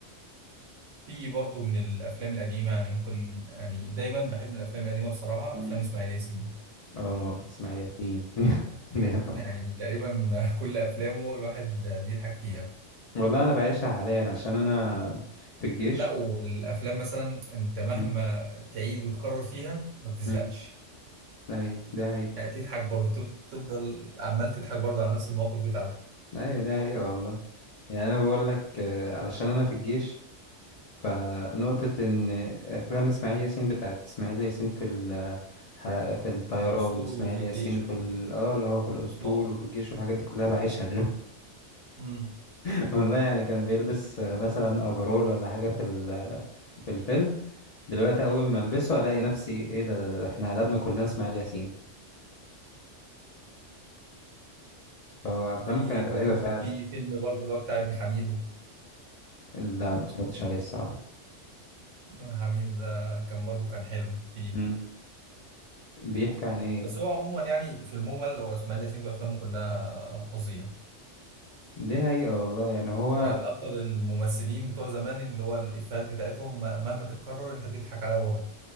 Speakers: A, on the right; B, on the left.
A: في برضه من الأفلام القديمة يعني ممكن يعني دايما بحب من الأفلام القديمة بصراحة
B: مم.
A: أفلام إسماعيل ياسين
B: اه اسماعيل ياسين <laughs> جامد
A: يعني تقريبا <laughs> كل أفلامه الواحد بيضحك فيها
B: والله انا بعيشها حاليا عشان انا في الجيش
A: لا والأفلام مثلا أنت مهما
B: مم.
A: تعيد وتكرر فيها ما بتزهقش
B: مم. ايوه ده
A: يعني تضحك برضه تف- تفضل عمال تضحك برضه على نفس المواقف بتاعته
B: ايوه دي حقيقة والله يعني انا بقول لك آه، علشان انا في الجيش فنقطة ان افلام اسماعيل ياسين بتاعت اسماعيل ياسين في الحرق في الطيران
A: الاسطول
B: اسماعيل
A: وفي الجيش
B: ياسين في
A: وفي
B: ال-
A: ال...
B: اه اللي هو في الاسطول
A: اه
B: وفي الجيش والحاجات دي كلها بعيشها دلوقتي
A: امم
B: <laughs> والله يعني كان بيلبس آه، مثلا افرول ولا حاجة في ال- في الفيلم دلوقتي
A: امم
B: اول ما البسه الاقي نفسي ايه ده ده احنا قلبنا كلنا اسماعيل ياسين فافلامه
A: وفي
B: كانت
A: برضه
B: رهيبة فعلا
A: وفي فيلم برضه اللي هو بتاع ابن حميدو
B: لا ما اتفرجتش عليه الصراحة
A: ابن حميد ده كان برضه كان حلو فيه
B: مم. بيحكي عن ايه
A: بس هو عموما يعني في المجمل هو اسماعيل ياسين في افلامه كلها فظيع
B: دي حقيقة والله يعني هو
A: يعني من اكتر الممثلين بتوع زمان اللي هو الافيهات بتاعتهم مهما تتكرر انت بتضحك عليها برضه